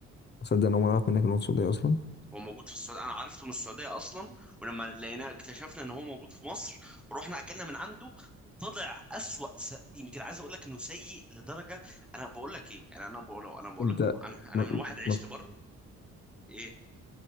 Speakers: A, on the left; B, in the centre.
A: صدق ان هو ما يعرف منك ان هو سعودي اصلا
B: هو موجود في السعودية أنا عرفته من السعودية أصلا ولما لقيناه اكتشفنا إن هو موجود في مصر رحنا أكلنا من عنده طلع أسوأ س... يمكن عايز أقول لك إنه سيء لدرجة أنا بقول لك إيه أنا أنا بقول أنا بقول
A: انت
B: لك أنا أنا
A: ما
B: من واحد عشت
A: ما
B: بره إيه